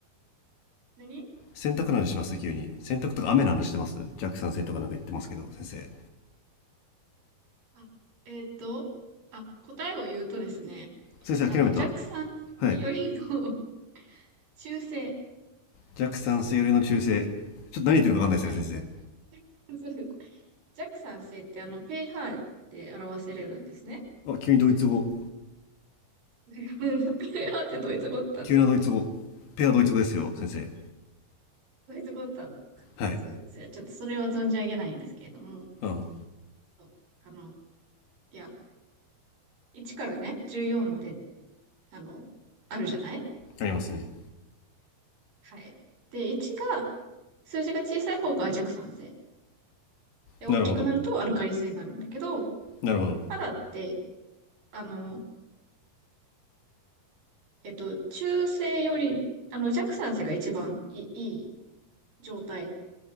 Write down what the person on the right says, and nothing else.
何
あ、えーっと、あ、答えを言うとですね、
あの、弱酸性よりの
<laughs> 中性。
はい。
<laughs> 弱酸性ってあの、pH で表せれるんですね。
<laughs> pH ってどういうとこだったの
どういうとこだったの
そう、それちょっとそれは存じ上げないんですけれども、
そう、あの、いや、1からね、14まで、あの、あるじゃない
はい。で、1が、数字が小さい方が弱酸性。で、大きくなるとアルカリ性になるんだけど、
肌って、あの、えっと、中性より、あの、弱酸性が一番いい、いい状態